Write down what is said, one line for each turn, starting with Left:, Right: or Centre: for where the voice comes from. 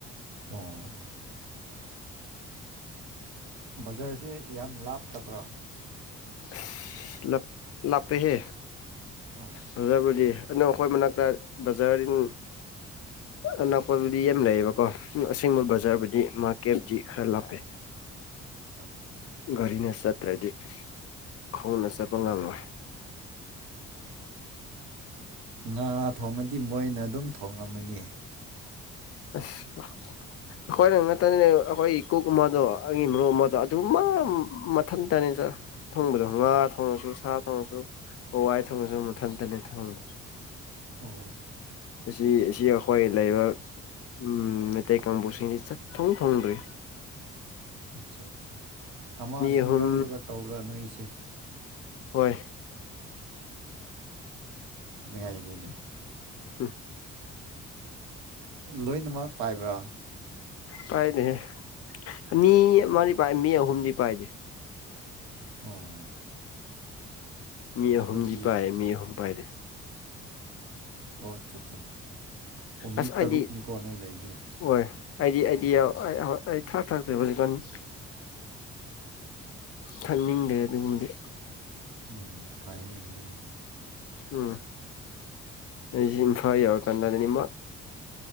Right: ꯑꯣ ꯕꯖꯥꯔꯁꯦ ꯌꯥꯝ ꯂꯥꯞꯇꯕ꯭ꯔꯥ
Left: ꯑꯁ ꯂꯥꯞ ꯂꯥꯄꯦꯍꯦ
Right: ꯑꯣ
Left: ꯕꯖꯔꯕꯨꯗꯤ ꯑꯗꯅ ꯑꯈꯣꯏ ꯃꯅꯥꯛꯇ ꯕꯖꯥꯔ ꯎꯪ ꯑꯅꯛꯄꯕꯨꯗꯤ ꯌꯥꯝ ꯂꯩꯌꯦꯕꯀꯣ ꯑꯁꯦꯡꯕ ꯕꯖꯥꯔꯕꯨꯗꯤ ꯃꯥꯔꯀꯦꯠꯗꯤ ꯈꯔ ꯂꯥꯞꯄꯦ
Right: ꯑꯠꯆꯥ ꯑꯠꯆꯥ ꯑꯠꯆꯥ
Left: ꯒꯥꯔꯤꯅ ꯆꯠꯇ꯭ꯔꯗꯤ ꯈꯣꯡꯅ ꯆꯠꯄ ꯉꯝꯂꯣꯏ
Right: ꯉꯥ ꯊꯣꯡꯉꯗꯤ ꯃꯣꯏꯅ ꯑꯗꯨꯝ ꯊꯣꯡꯂꯝꯃꯅꯤ
Left: ꯑꯁ ꯑꯥ ꯑꯈꯣꯏꯅ ꯉꯇꯅꯤꯅꯦ ꯑꯈꯣꯏꯒꯤ ꯀꯨꯛ ꯑꯃꯗꯣ ꯑꯩꯒꯤ ꯃꯔꯨꯞ ꯑꯃꯗ ꯑꯗꯨꯃ ꯃꯊꯟꯇꯅꯤ ꯆꯠ ꯊꯣꯡꯕꯗꯣ ꯉꯥ ꯊꯣꯡꯉꯁꯨ ꯁꯥ ꯊꯣꯡꯉꯁꯨ ꯍꯋꯥꯏ ꯊꯣꯡꯉꯁꯨ ꯃꯨꯊꯟꯇꯅꯤ ꯊꯣꯡꯕꯗꯣ
Right: ꯑꯣ
Left: ꯑꯁꯤ ꯑꯁꯤ ꯑꯩꯈꯣꯏ ꯂꯩꯕ ꯎꯝ ꯅꯇꯩ ꯀꯝꯄꯨꯔꯁꯤꯡꯗꯤ ꯆ ꯊꯣꯡ ꯊꯣꯡꯔꯤ
Right: ꯑꯠꯆꯥ ꯆ ꯆꯥ ꯑꯃꯁꯨ
Left: ꯑꯍꯨꯝ
Right: ꯌꯥꯎꯔꯒ ꯇꯧꯕꯔ ꯅꯣꯏꯁꯦ
Left: ꯍꯣꯏ
Right: ꯅꯨꯡꯉꯥꯏꯅꯤꯅꯦ
Left: ꯎꯝ
Right: ꯂꯣꯏꯅꯃꯛ ꯄꯥꯏꯕ꯭ꯔꯥ
Left: ꯄꯥꯏꯅꯦ ꯑꯃꯅꯤ ꯑꯃꯔꯤ ꯄꯥꯏ ꯃꯤ ꯑꯍꯨꯝꯗꯤ ꯄꯥꯏꯗꯦ
Right: ꯑꯣ
Left: ꯃꯤ ꯑꯍꯨꯝꯗꯤ
Right: ꯑꯗꯨꯗꯤ
Left: ꯄꯥꯏꯌꯦ ꯃꯤ ꯑꯍꯨꯝ ꯄꯥꯏꯔꯦ
Right: ꯑꯣ ꯑꯠꯆꯥ ꯑꯠꯆꯥ ꯑꯣ ꯃꯤ
Left: ꯑꯁ
Right: ꯇꯔꯨꯛꯅꯤꯀꯣ
Left: ꯑꯩꯗꯤ
Right: ꯅꯣꯏ ꯂꯩꯁꯦ
Left: ꯍꯣꯏ ꯑꯩꯗꯤ ꯑꯩꯗꯤ ꯑꯩ ꯊꯥꯛ ꯊꯥꯛꯖꯩ ꯍꯧꯖꯤꯛꯀꯥꯟꯅꯤ ꯈꯛꯅꯤꯡꯗꯦ ꯑꯗꯨꯒꯨꯝꯕꯨꯗꯤ
Right: ꯎꯝ ꯐꯩꯅꯦ ꯑꯗꯨꯅ
Left: ꯎꯝ ꯑꯩꯁꯤ ꯏꯝꯐꯥ ꯌꯎꯔ ꯀꯥꯟꯗꯗꯅꯤꯡꯕ